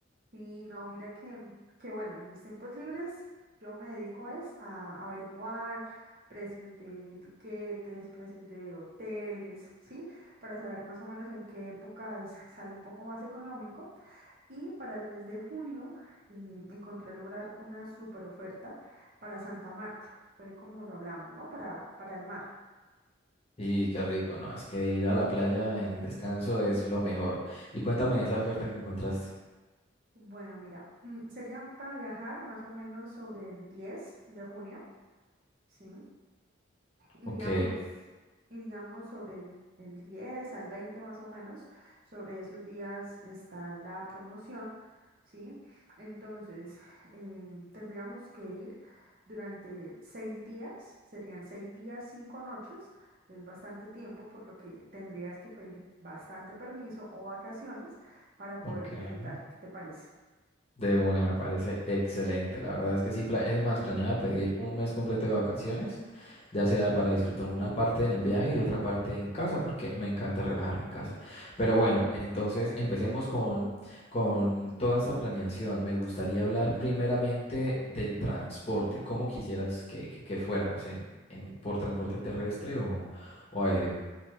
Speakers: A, on the right; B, on the left.
A: Sí, no, mira que, que bueno, en mis tiempos libres yo me dedico es a averiguar precios de tiquetes, precios de hoteles, ¿sí? Para saber más o menos en qué épocas sale un poco más económico. Y para el mes de junio eh, encontré lograr una super oferta para Santa Marta, fue como lo hablamos, ¿no? Para, para el mar.
B: Y qué rico, ¿no? Es que ir a la playa en descanso es lo mejor. Y cuéntame esa oferta que encontraste.
A: Bueno, mira, <clears throat> sería para viajar más o menos sobre el 10 de junio, ¿sí? Iríamos,
B: Ok,
A: iríamos sobre el, el 10 al 20 más o menos. Sobre esos días está la promoción, ¿sí? Entonces, em, tendríamos que ir durante seis días, serían seis días, cinco noches. Es bastante tiempo, por lo que tendrías que pedir bastante permiso o vacaciones para
B: ok.
A: poder disfrutar. ¿Qué te parece?
B: De una, me parece excelente. La verdad es que sí, pla- es más, planeaba pedir un mes completo de vacaciones, ya sea para disfrutar una parte en el viaje y otra parte en casa, porque me encanta relajarme en casa. Pero bueno, entonces empecemos con, con toda esta planeación. Me gustaría hablar primeramente del transporte. ¿Cómo quisieras que, que- que fuéramos en, en- por transporte terrestre o, o aéreo?